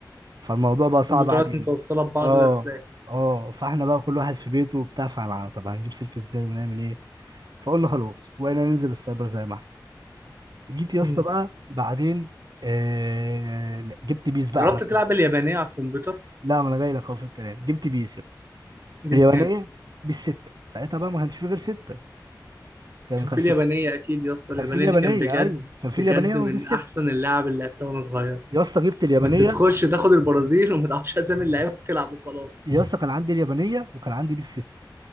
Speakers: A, on the right; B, on the right.
A: فالموضوع بقى
B: الكمبيوترات
A: صعب علينا
B: متوصلة ببعض
A: اه
B: بأسلاك
A: اه فاحنا بقى كل واحد في بيته وبتاع فعلا طب هنجيب سلك ازاي ونعمل ايه؟ فقلنا خلاص وبقينا ننزل السايبر زي ما احنا جيت يا
B: امم
A: اسطى بقى بعدين آه لا، جبت بيس بقى
B: جربت
A: على
B: تلعب اليابانية على الكمبيوتر
A: لا ما انا جاي لك اهو في الكلام جبت بيس يا اسطى
B: بيس
A: اليابانيه بيس 6 ساعتها بقى ما كانش في غير 6 كان
B: كان
A: كان
B: في
A: في
B: اليابانية أكيد يا اسطى اليابانية
A: كان في اليابانيه
B: دي كان بجد
A: ايوه كان في
B: بجد
A: اليابانيه وبيس
B: من
A: 6
B: أحسن اللعب اللي لعبتها وأنا صغير
A: يا اسطى جبت اليابانيه
B: كنت تخش تاخد البرازيل وما تعرفش أسامي اللعيبة بتلعب وخلاص
A: يا اسطى كان عندي اليابانيه وكان عندي بيس 6